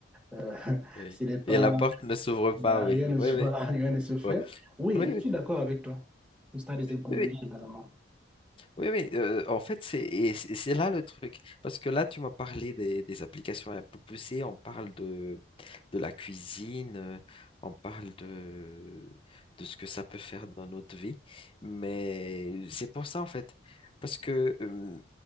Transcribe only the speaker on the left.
Oui.
Et la porte ne s'ouvre pas,
oui.
Oui,
oui.
Ouais.
Oui,
oui.
Oui, oui.
Oui, oui, euh, en fait, c'est et c'est c'est là le truc. Parce que là, tu m'as parlé des, des applications un peu poussées. On parle de, de la cuisine, euh, on parle de, de ce que ça peut faire dans notre vie. Mais c'est pour ça, en fait. Parce que euh,